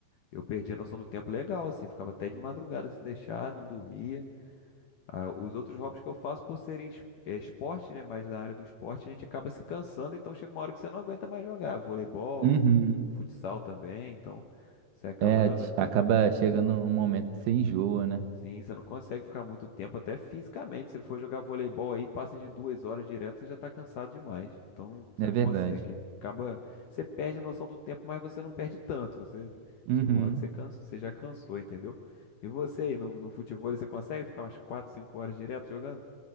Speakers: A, on the left; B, on the right.
A: eu perdi a noção do tempo legal, assim, ficava até de madrugada se deixar, não dormia. Ah, os outros hobbies que eu faço, por serem es- é, esporte, né, mais da área do esporte, a gente acaba se cansando, então chega uma hora que você não aguenta mais jogar. Voleibol,
B: Uhum.
A: futsal também, então você acaba
B: É,
A: não
B: de-
A: aguentando.
B: acaba chegando um momento que você enjoa, né?
A: Sim, você não consegue ficar muito tempo, até fisicamente. Se você for jogar voleibol aí, passa de duas horas direto, você já tá cansado demais. Então você
B: É
A: não
B: verdade.
A: consegue. Acaba. Você perde a noção do tempo, mas você não perde tanto. Você
B: Uhum.
A: chega uma hora que você cansa, você já cansou, entendeu? E você aí, no, no futebol, você consegue ficar umas 4 5 horas direto jogando?